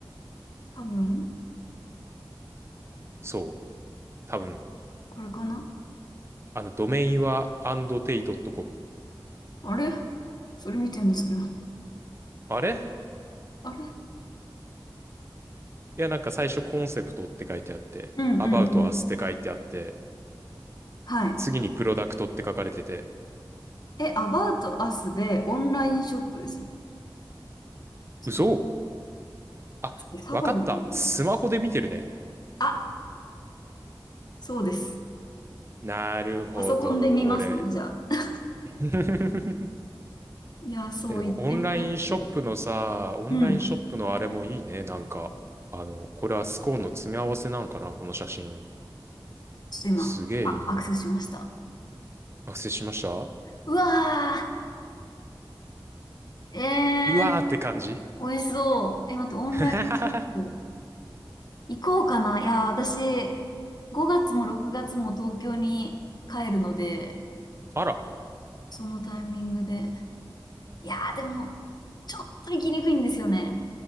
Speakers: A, on the left (about 55°); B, on the right (about 30°).
A: 多分、
B: そう。多分、
A: これかな
B: あの、ドメインは a n d t ドッ c o m
A: あれそれ見てるんですけど。
B: あれい
A: あれ
B: や、なんか最初コンセプトって書いてあって、
A: うんうんうん。
B: about us って書いてあって、
A: はい。
B: 次にプロダクトって書かれてて。
A: え、About Us でオンラインショップですよ。ちょっと待って。
B: 嘘あ、
A: ちょっとサファリで見てみよう
B: わかった。スマホで見てるね。
A: なあ、そうです。
B: なるほど、
A: パソコンで見ますね、
B: 俺。
A: じゃあ。
B: <laughs>
A: いや、そう言ってみたって。
B: え、でもオンラインショップのさ、オンラインショップのあれもいいね。
A: うん。ちょ
B: なんか、あの、これはスコーンの詰め合わせなんかな、この写真。
A: っと今、
B: すげえいいな。
A: あ、アクセスしました。
B: 学生しました
A: うわー、え
B: うわーって感じ
A: ー、美味しそう。え、待って、オンラインショップ
B: <laughs>
A: 行こうかな。いや、私、5月も6月も東京に帰るので、
B: あら、
A: そのタイミングで。いやー、でも、ちょっと行きにくいんですよね。